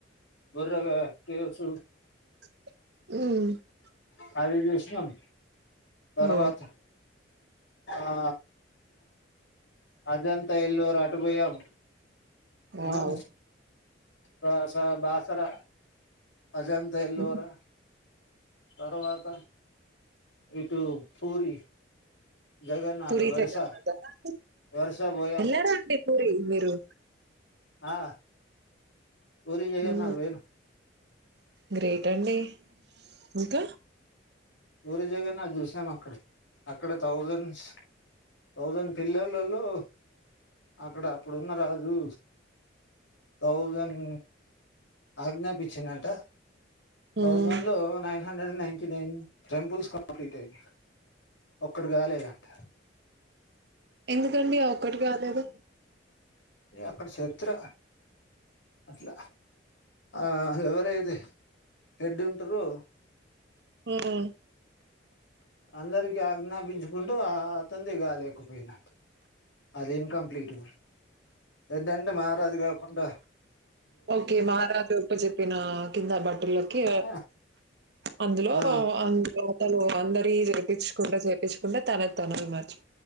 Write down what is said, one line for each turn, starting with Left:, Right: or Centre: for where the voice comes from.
Left: గుర్రగా కేసూ
Right: మ్
Left: అది జుసినం తర్వాత
Right: ఓ
Left: ఆ అదంతా ఎల్లోర్ అటు పోయామ్
Right: వావ్
Left: ఆ బ స బాస్ సరా అజంత ఎల్లోరా
Right: మ్మ్.
Left: తర్వాత ఇటూ పూరి జగన్నాథ్
Right: పూరీ
Left: వరుస
Right: జగన్నాథ్ ఆ
Left: వరుస పోయాం
Right: యెల్రారా అండి పూరి మీరు
Left: ఆ పూరి జగన్నాథ్
Right: మ్మ్.
Left: పోయినం
Right: గ్రేట్ అండీ ఇంక
Left: పూరి జగన్నాథ్ చూసాం అక్కడ అక్కడ థౌజండ్స్ థౌజన్ పిల్లలలో అక్కడ అప్పుడున్న రాజూ థౌజన్ ఆజ్ఞాపించిందంట థౌజండ్
Right: ఉమ్
Left: లో nine hundred ninety nine temples complete అయ్ ఒక్కడుగాలేదంట
Right: ఎందుకండి ఆ ఒక్కటి కాలేదు
Left: ఏ అక్కడ్ చర్త్ర అట్ల ఆ ఎవరేది ఎడ్డుంటుర్రూ
Right: మ్
Left: అందరికి ఆజ్ఞాపించుకుంటూ ఆ అతంది కాలేకపోయినా అది ఇన్కంప్లీట్ ఎడ్డంటె మారాదుగా డ్డా
Right: ఓకే మహారాజప్ప చెప్పినా కింద బటులకి
Left: ఆ
Right: అందులో
Left: ఆ
Right: అందులో అతలు అందరి పిచుకుండా చేపించకుడా తన తనం మర్చ్